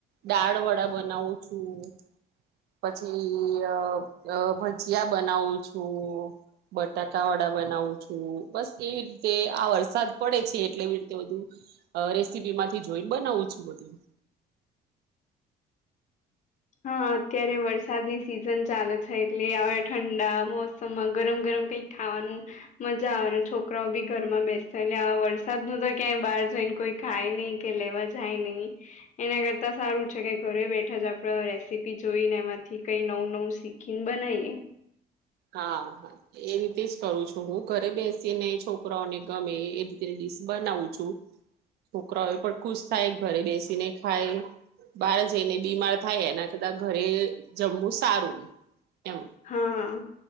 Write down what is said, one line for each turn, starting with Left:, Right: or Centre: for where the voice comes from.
Right: દાળ વડા બનાવું છું. પછી અ અ ભજીયા બનાવું છું. બટાકાવાડા બનાવું છું બસ એવી રીતે આ વરસાદ પડે છે એટલે એવી રીતે બધું અ રેસીપીમાંથી જોઈને બનાવું છું બધું
Left: હા અત્યારે વરસાદની સિઝન ચાલે છે એટલે હવે ઠંડા મોસમમાં ગરમ ગરમ કઈક ખાવાનું મજા આવે ને છોકરાઓ બી ઘરમાં બેસે ને આવા વરસાદ ન તો ક્યાંય બહાર જઈને કોઈ ખાય નહી. કે લેવા જાય નહી એના કરતા સારું છે કે ઘરે બેઠા જ ત રેસીપી જોઈને એમાંથી કઈ નવું નવું શીખીને બનાવીએ
Right: હા હા. એ રીતે જ કરું છું હું ઘરે બેસી ને છોકરાઓને ગમે એ રીતે ડીશ બનાવું છું. છોકરાઓ પણ ખુશ થાય ઘરે બેસીને ખાય બહાર જઈને બીમાર થાય એના કરતા ઘરે જમવું સારું એમ
Left: હા